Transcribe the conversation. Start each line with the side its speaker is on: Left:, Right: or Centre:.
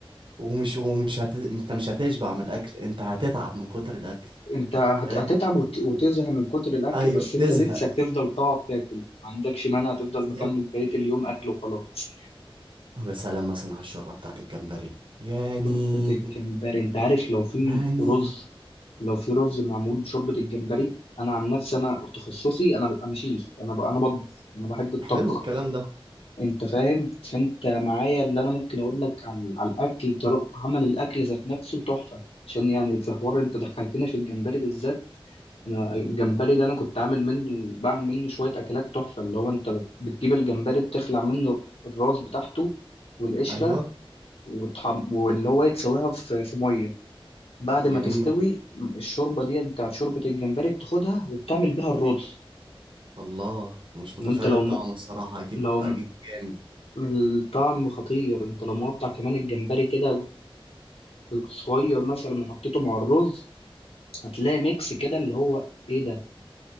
Right: ومش ومش هت... انت مش هتشبع من الأكل انت هتتعب من كتر الأكل
Left: انت هت-
Right: فاهم
Left: هتتعب وت- وتزهق من كتر الاكل
Right: ايوه
Left: بس
Right: تزهق
Left: انت نفسك تفضل تقعد تاكل ما عندكش مانع تفضل مكمل
Right: بالظبط
Left: بقيه اليوم اكل وخلاص
Right: ويا سلام مثلا على الشوربة بتاعت الجمبري يعني
Left: شوربه الجمبري انت عارف لو في
Right: يعني
Left: رز لو في رز معمول بشوربه الجمبري انا عن نفسي انا تخصصي انا ب- انا شيف انا ب- انا بطبخ انا بحب الطبخ
Right: حلو الكلام ده
Left: انت فاهم فانت معايا اللي انا ممكن اقول لك على, على الاكل طرق عمل الاكل ذات نفسه تحفه عشان يعني في حوار انت دخلتنا في الجمبري بالذات انا الجمبري ده انا كنت عامل منه بعمل منه شويه اكلات تحفه اللي هو انت بتجيب الجمبري بتخلع منه الراس بتاعته والقشره
Right: أيوه
Left: وتحم... واللي هو يتسويها في في ميه بعد ما
Right: جميل
Left: تستوي الشوربه دي بتاعت شوربه الجمبري بتاخدها وبتعمل بيها الرز
Right: الله مش متخيل
Left: وانت لو
Right: الطعم
Left: م...
Right: الصراحة أكيد
Left: لو
Right: أكيد جامد
Left: الطعم خطير انت لو مقطع كمان الجمبري كده صغير مثلا وحطيته مع الرز هتلاقي ميكس كده اللي هو ايه ده